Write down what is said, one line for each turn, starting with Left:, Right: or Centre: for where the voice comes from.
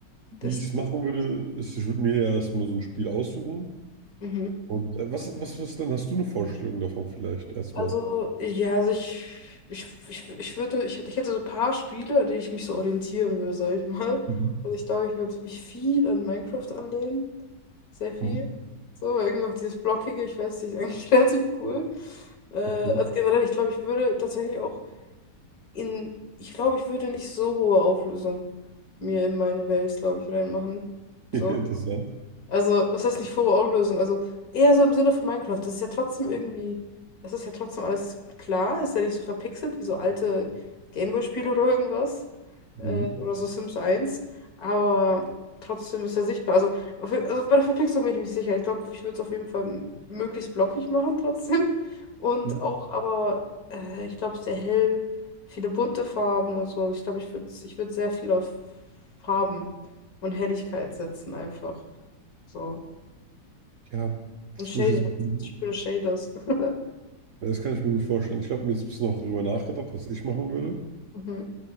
Right: wie
Left: Der Stil.
Right: ich es machen würde, ist, ich würde mir erstmal so ein Spiel aussuchen.
Left: Mhm.
Right: Und äh, was, was, was denn? Hast du eine Vorstellung davon vielleicht erstmal?
Left: Also, ja, also ich, ich, ich, ich würde, ich hätte, ich hätte so ein paar Spiele, an denen ich mich so orientieren würde, sage ich mal.
Right: Mhm.
Left: Also ich glaube, ich würde mich viel an Minecraft anlehnen. sehr
Right: Mhm.
Left: viel. So, irgendwie auch dieses Blockige, ich weiß nicht, ist eigentlich <laughs> relativ cool. Äh,
Right: Mhm.
Left: also generell, ich glaube, ich würde tatsächlich auch in, ich glaube, ich würde nicht so hohe Auflösung mir in meine Welt, glaube ich, reinmachen.
Right: <laughs>
Left: So.
Right: Interessant.
Left: Also, was heißt nicht Furore-Auflösung? Also, eher so im Sinne von Minecraft. Das ist ja trotzdem irgendwie, das ist ja trotzdem alles klar. Ist ja nicht so verpixelt wie so alte Gameboy-Spiele oder irgendwas.
Right: Mhm.
Left: Äh, oder so Sims eins. Aber trotzdem ist er sichtbar. Also, auf- also bei der Verpixelung bin ich mir nicht sicher. Ich glaube, ich würde es auf jeden Fall m- möglichst blockig machen <laughs> trotzdem. Und
Right: Mhm.
Left: auch, aber äh, ich glaube, sehr hell, viele bunte Farben und so. Ich glaube, ich würde ich würd sehr viel auf Farben und Helligkeit setzen einfach. So.
Right: Ja, das
Left: Und Shaders.
Right: wusste ich jetzt.
Left: Ich spüre Shaders. <laughs>
Right: Das kann ich mir gut vorstellen. Ich habe mir jetzt ein bisschen auch drüber nachgedacht, was ich machen würde.
Left: Mhm.